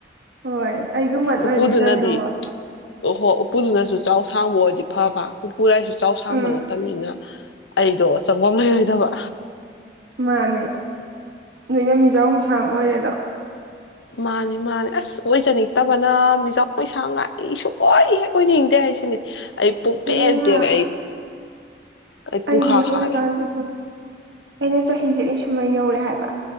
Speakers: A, on the right (about 70°); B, on the left (about 80°).
A: ꯍꯣꯏ ꯑꯩꯒꯨꯝꯃꯟ
B: ꯎꯄꯨꯗꯨꯅꯗꯤ
A: ꯑꯣꯏꯔꯗꯤ ꯆꯟꯗꯧꯕ
B: ꯑꯣꯍꯣ ꯎꯄꯨꯗꯨꯅꯁꯨ ꯆꯥꯎ ꯁꯥꯡꯕ ꯑꯣꯏꯔꯗꯤ ꯐꯕ ꯎꯄꯨꯔꯥꯏꯁꯨ ꯆꯥꯎ ꯁꯥꯡꯕ
A: ꯎꯝ
B: ꯅꯠꯇꯝꯅꯤꯅ ꯑꯩꯗꯣ ꯆꯪꯐꯝ ꯂꯩꯔꯣꯏꯗꯕ
A: ꯃꯥꯅꯦ ꯅꯣꯏꯅ ꯃꯤꯖꯥꯎ ꯃꯤꯁꯥꯡ ꯑꯣꯏꯔꯦꯗꯣ
B: ꯃꯥꯅꯤ ꯃꯥꯅꯤ ꯑꯁ ꯑꯣꯏꯖꯅꯤꯡꯇꯕꯅ ꯃꯤꯖꯥꯎ ꯑꯣꯏꯁꯥꯡ ꯉꯥꯏ ꯑꯩ ꯁꯨꯡꯂꯣꯏ ꯍꯦꯛ ꯑꯣꯏꯅꯤꯡꯗꯦ ꯍꯥꯏꯁꯤꯅꯦ ꯑꯩ ꯄꯨꯨꯡꯄꯦꯟ
A: ꯏꯕꯦꯝꯃ
B: ꯄꯦꯜꯂꯦ ꯑꯩ ꯑꯩ ꯄꯨꯡꯈꯥ
A: ꯑꯩꯗꯤ ꯍꯧꯖꯤꯛꯀꯥꯟꯁꯤ
B: ꯈꯥꯔꯦ
A: ꯈꯪꯉ ꯑꯩꯅ ꯆꯍꯤꯁꯦ ꯑꯩ ꯁꯨꯝꯃꯩ ꯌꯧꯔꯦ ꯍꯥꯏꯕ